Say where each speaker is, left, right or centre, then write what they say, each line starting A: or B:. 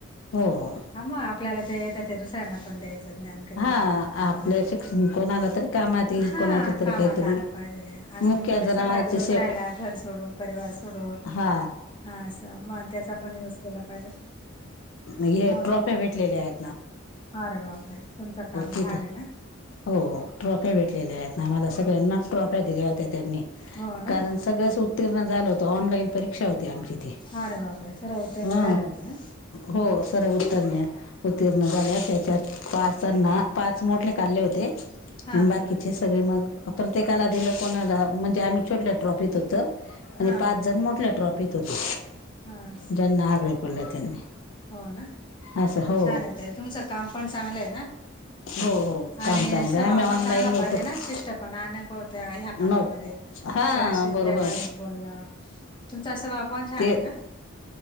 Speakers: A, on the left; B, on the left.
A: हो हो.
B: ह मग, आपल्याला जे येतं ते दुसऱ्यांना पण द्यायचं ज्ञान. कधीही
A: हा
B: वाटलं तर
A: आपल्या
B: तुम्ही या.
A: शिक्षण कोणाला तरी कामात येईल
B: हा
A: कोणाच तरी
B: कामात
A: काहीतरी
B: आलं, <unintelligible> आज
A: मुख्य
B: तुम्ही एवढे
A: जनावरांची
B: सतरा दिवस
A: शे
B: राहिलात. घर सोडून, परिवार सोडून.
A: हा
B: हा अस, मग त्याचा पण युज केला पाहिजे.
A: म हे
B: हो
A: ट्रोफ्या
B: ना
A: भेटलेल्या आहे.
B: अरे बापरे! तुमचं काम
A: तिथं
B: छान आहे ना?
A: हो हो ट्रॉफ्या भेटलेल्या आहेत. आम्हाला सगळ्यांनाच ट्रॉफ्या दिल्या होत्या त्यांनी.
B: हो ना
A: कारण सगळेच उत्तीर्ण झालो होतो. ऑनलाईन परीक्षा होती आमची. ती
B: अरे बापरे! सर्वच उत्तीर्ण
A: ह
B: झाले होते आ?
A: हो सर्व उत्तर्ण उत्तीर्ण झाले होते. त्यात पाचांना, पाच मोठ काढले होते.
B: हा
A: बाकीचे
B: हा हा
A: सगळे मग, प्रत्येका दिल कोणाला म्हणजे आम्ही छोटल्या ट्रॉफीत होत.
B: हा
A: आणि पाच
B: हा
A: जण
B: हा
A: मोठल्या ट्रॉफीत होते.
B: हा असं
A: ज्यांना आगळे <unintelligible> त्यांनी.
B: हो ना?
A: असं हो
B: छान येतय. तुमचं काम पण चांगलं आहे ना.
A: हो हो काम
B: आणि
A: चांगलं
B: स्वभाव
A: आहे आम्ही ऑनलाईन
B: पण चांगला
A: विकत
B: पाहिजे ना? शिष्टपणा नको त ह्या कामामध्ये.
A: नव हां
B: सणाशी
A: बरोबर
B: प्रेमानेच बोलणं तुमचा स्वभाव पण छान
A: ते
B: आहे ना?